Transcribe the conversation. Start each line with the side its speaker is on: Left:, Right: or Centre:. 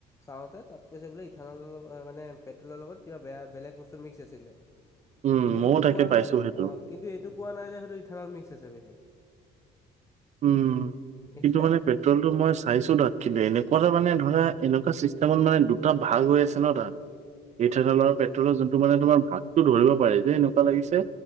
Left: চাওঁতে তাত কৈছে বোলে ইথানল মানে পেট্ৰলৰ লগত কিবা বেয়া বেলেগ বস্তু মিক্স আছিলে।
Right: উম
Left: কিন্তু
Right: ময়ো
Left: এইটো
Right: তাকে
Left: কোৱা
Right: পাইছো
Left: নাই
Right: সেইটো।
Left: অ কিন্তু এইটো কোৱা নাই যে হয়টো ইথানল মিক্স আছে বুলি।
Right: উম,
Left: এতিয়া
Right: কিন্তু মানে পে- পেট্ৰলটো মই চাইছোঁ দাত কিন্তু যোৱাটো ম‌ই চাইছো না, এনেকুৱা এটা মানে ধৰা এনেকুৱা চিষ্টেমত মানে দুটা ভাগ হৈ আছে ন তাত। ইঠানলৰ
Left: উম,
Right: পেট্ৰলৰ যোনটো মানে তোমাৰ ভাগতটো ধৰিব পাৰি যে এনেকুৱা লাগিছে।